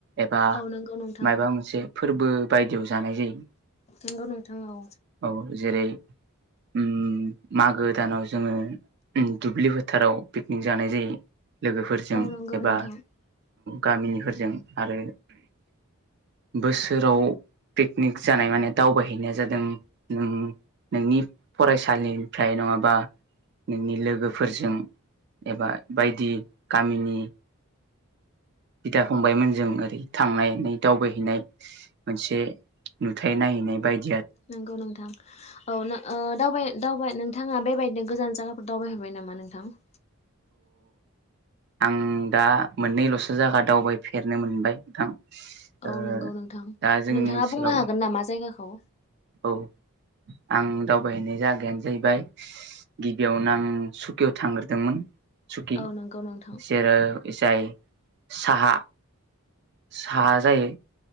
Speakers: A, on the right (about 50°); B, on the left (about 30°).
A: एबा
B: औ नंगौ नोंथां
A: मायबा मोनसे फोरबो बायदियाव जानाय जायो।
B: नोंगौ नोंथां‌ औ।
A: औ जेरै उम मागो दानाव जोङो दुब्लि फोथाराव पिकनिक जानाय जायो। लोगोफोरजों
B: औ नंगौ
A: एबा
B: नोंथां
A: गामिनिफोरजों आरो बोसोराव पिकनिक जानाय माने दावबायहैनाया जादों नों नोंनि फरायसालिनिफ्राय नङाबा नोंनि लोगोफोरजों एबा बायदि गामिनि बिदा फंबायमोनजों ओरै थांनायै दावबायहैनाय मोनसे नुथाय नायहैनाय बाय
B: नंगौ नोंथां औ दावबाय-दावबाय नों नोंथाङा बेबायदिनो गोजान जायाफोर दावबायहरबाय नामा नोंथां?
A: आं दा मोननैल'सो जायगा दावबायफेरनो मोनबाय नोंथां।
B: औ
A: ओ
B: नंगौ नोंथां
A: दा जोंनि
B: नोंथाङा
A: ओनसोलाव
B: बुंनो हागोन नामा जायगाखौ
A: औ आं दावबायहैनाय जागायानो जाहैबाय गिबियावनो आं सुकियाव थांग्रोदोंमोन। सुकि
B: औ नंगौ नोंथां
A: जेरै जाय साहा साहा जायो